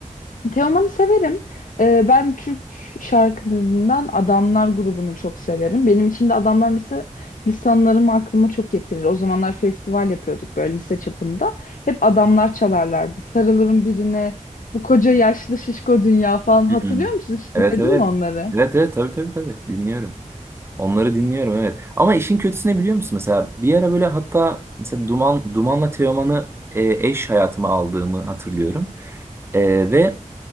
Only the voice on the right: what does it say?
Hmm.
Evet
evet.
Evet evet tabii tabii tabii dinliyorum. Onları dinliyorum evet. Ama işin kötüsü ne biliyor musun? Mesela bir ara böyle hatta mesela Duman Duman'la Teoman'ı e, eş hayatıma aldığımı hatırlıyorum. Ee, ve